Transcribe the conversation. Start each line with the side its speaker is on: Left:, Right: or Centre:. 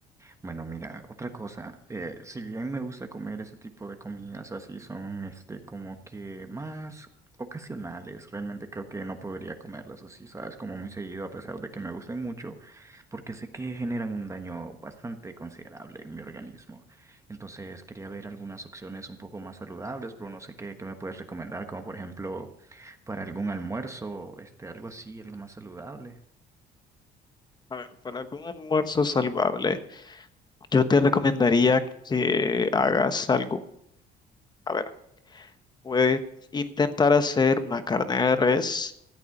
Right: Bueno, mira, otra cosa, eh, si bien me gusta comer ese tipo de comidas, así son, este, como que más ocasionales, realmente creo que no podría comerlas así, ¿sabes? Como muy seguido, a pesar de que me gusten mucho, porque sé que generan un daño bastante considerable en mi organismo. Entonces, quería ver algunas opciones un poco más saludables, pero no sé qué, qué me puedes recomendar, como por ejemplo, para algún almuerzo, este, algo así, algo más saludable.
Left: A ver, para algún almuerzo saludable, yo te recomendaría que hagas algún. A ver, puedes intentar hacer una carne de res,